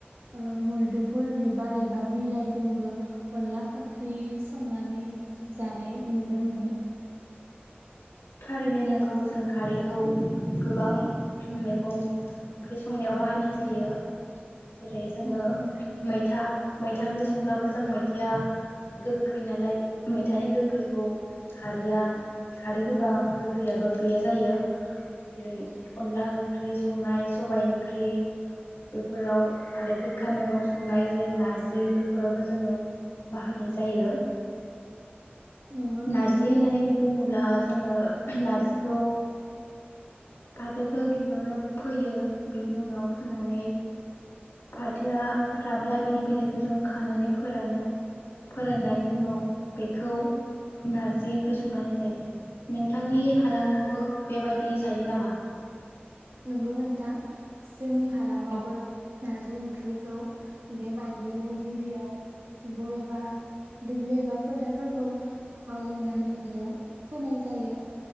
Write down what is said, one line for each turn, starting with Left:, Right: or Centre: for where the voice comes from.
Right: ओ मैदुफुल बिबार एबा बिलाइजोंबो अनला फाख्रि संनानै जानाय नुनो मोनो
Left: थारैनो नोंगौ जों खारैखौ गोबां मैगं ओंख्रि संनायाव बाहायनाय जायो जेरै जोंङो
Right: नंगौ नोंथां
Left: मैथा मैथा ओंख्रि संब्लाबो जों मैथायआ गोखै नालाय मैथानि गोखैखौ खारैया खारै होबा गोखैयाबो गैया जायो जेरै अनला ओंख्रि संनाय सबाय ओंख्रि बेफोराव आरो गोखा मैगं संनाय जे नारजि बेफोरावबो जोङो बाहायनाय जायो
Right: नंगौ नोंथां
Left: नारजि होनानै बुङोब्ला जोङो नारजिखौ फाथोखौ गिबियावनो फोयो बिनि उनाव फोनानै फाथोआ राब्ला बिनि बिलाइखौ जों खानानै फोरानो फोराननायनि उनाव बेखौ नारजि ओंख्रि संनानै जायो नोंथांनि हालामावबो बेबायदि दि जायो नामा?
Right: नंगौ नोंथां जोंनि हालामावबो नारजि ओंख्रिखौ बेबायदियैनो गिबियाव बबेबा दुब्लि एबा फोथारफोरखौ हालेवनानै बेयाव फोनाय जायो